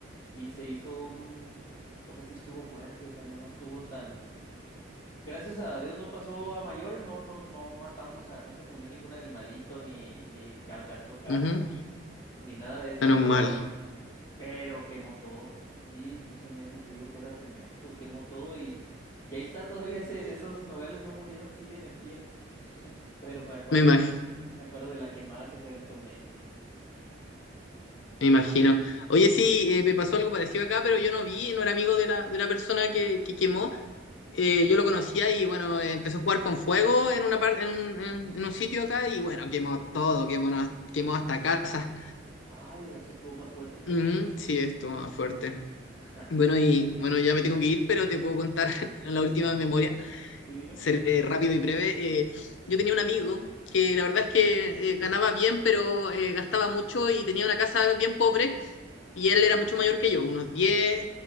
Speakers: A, on the left; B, on the left.
A: y se hizo un, o sea, sí estuvo fuerte, o sea, no, no estuvo tan, gracias a Dios no pasó a mayores, no, no, no matamos a, no se murió ningún animalito, ni, ni alcanzó casas,
B: ujú.
A: ni nada de eso,
B: Menos
A: pero
B: mal.
A: pero quemó todo. Sí, ese Manny te digo que era tremendo, quemó todo y, y ahí está todavía ese, esos nogales no murieron, siguen en pie. <laughs> Pero me acuerdo
B: Me imag-
A: de esa- me acuerdo de la quemada que se aventó Manny.
B: me imagino. Oye, sí, eh, me pasó algo parecido acá, pero yo no vi, no era amigo de la, de la persona que, que quemó. Eh, yo lo conocía y bueno, eh, empezó a jugar con fuego en una parte, en un, en- en un sitio acá y bueno, quemó todo, quemó, na- quemó hasta casa.
A: Ay, así estuvo más fuerte entonces,
B: Ujú,
A: ¿no?
B: sí, esto más fuerte.
A: Ajá.
B: Bueno, y bueno, ya me tengo que ir, pero te puedo contar <laughs> la última memoria.
A: Sí, dime.
B: seré rápido y breve. Eh, yo tenía un amigo que la verdad es que eh, ganaba bien, pero eh, gastaba mucho y tenía una casa bien pobre y él era mucho mayor que yo, unos 10,